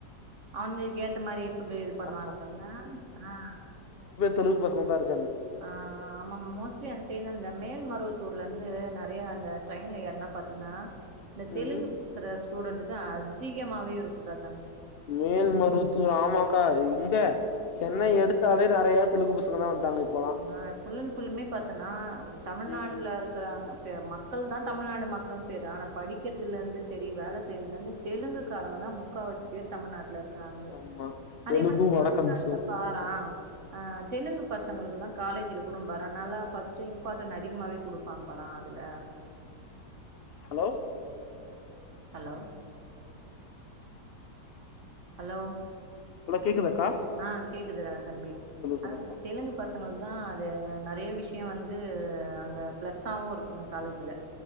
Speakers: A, on the right; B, on the left.
A: அவனுங்களுக்கு ஏத்த மாரி ஃபுட்டு் இது பண்ணுவானுங்கல்ல
B: ஆ
A: அ ஆ
B: தெலுகு பசங்கந்தா இருப்
A: ஆ ஆ ஆ ஆமாம் மோஸ்ட்லி அந்த சைட் இந்த மேல் மருவத்தூர் ப்லந்து நெறையா அந்த ட்ரெயின்ல ஏற்னா பாத்தன்னா இந்த தெலுங்கு
B: ம்
A: பேசுறஸ் ஸ்டூடெண்ட்தா அதிகமாவே இருக்குடாத்
B: மேல்மருவத்தூர் ஆமாக்கா இங்க சென்னை
A: ஆ
B: எடுத்தாலே நெறையத் தெலுகு பசங்க வந்ட்டாங்க தா இப்பல்லா
A: ஆ ஃபுல் அண்ட் ஃபுல்லுமே பாத்தனா தமிழ்நாட்டுல
B: ம்
A: இருக்கறாங்க தே மக்கள்தா தமிழ்நாடு மக்கள்னு பேரு ஆனா படிக்கிறதுலருந்து செரி வேல செய்றதுலருந்து தெலுக்காரங்க தா முக்கவாசி பேர் தமிழ்நாட் ல இருக்றாங்ளே
B: ஆமா
A: அதே
B: தெலுங்கு
A: மாரி
B: வடக்கன்ஸு
A: தமிழ்நாட்டுல பாரா ஆ தெலுங்கு பஸ் இதுக்கு தா காலேஜ்ல கூடோ பாத் அதனால ஃபஸ்ட் இம்பார்டன் அதிகமாவே குடுப்பாங்க பரா அதுல
B: ஹலோ
A: அலோ அலோ
B: அலோ கேக்குதா
A: ஆ கேக் கிதுராத் தம்பி
B: சொல்லுங்கக்கா
A: அதா தெலுங்கு பசங்கள்து அது நெறைய விஷயு வந்து அங்க பிளஸ்சாவும் இருக்கும் காலேஜ்ல